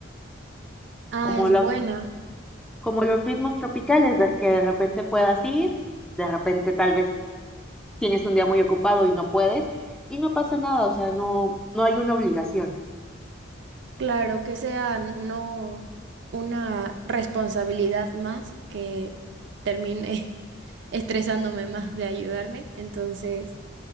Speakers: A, on the right; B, in the centre.
A: Ah,
B: como
A: es
B: los,
A: buena.
B: como los ritmos tropicales, de- que de repente puedas ir, de repente tal vez tienes un día muy ocupado y no puedes, y no pasa nada, o sea, no, no hay una obligación.
A: Claro, que sea no una responsabilidad más que termine <laughs> estresándome más de ayudarme. Entonces,